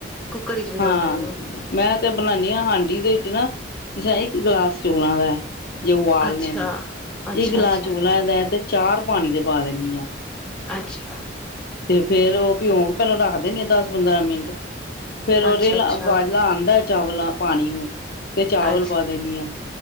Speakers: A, in the centre; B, on the left.
A: ਕੁੱਕਰ ਵਿੱਚ ਬਣਾਉਂਦੇ
B: ਹਾਂ
A: ਹੋ
B: ਜੀ, ਮੈਂ ਤੇ ਬਣਾਨੀ ਹਾਂ ਹਾਂਡੀ ਵਿੱਚ ਨਾ ਜਾਂ ਇੱਕ ਗਲਾਸ ਚੌਲਾ ਦਾ- ਜੇ ਉਬਾਲਨੇ
A: ਅੱਛਾ,
B: ਨੇ,
A: ਅੱਛਾ,
B: ਇਕ ਗਲਾਸ
A: ਅੱਛਾ,
B: ਚੋਲਾ ਦਾ ਤੇ ਚਾਰ ਪਾਨੀ ਦੇ ਪਾ ਦੇਣੀ ਆਂ
A: ਅਛਾ!
B: ਤੇ, ਫੇਰ ਉਹ ਭਿਉਂ ਕੇ ਪਹਿਲਾਂ ਰੱਖ ਦਿਨੀਂ ਆ ਦਸ ਪੰਦਰਾਂ ਮਿੰਟ। ਫੇਰ ਉਹ
A: ਅੱਛਾ,
B: ਰੀਲਾ
A: ਅੱਛਾ,
B: ਬਾਲਾ ਆਦਾਂ ਏ ਚਾਵਲਾ ਪਾਨੀ ਨੂੰ- ਤੇ ਚਾਵਲ
A: ਅੱਛਾ।
B: ਪਾ ਦੇਨੀ ਆ।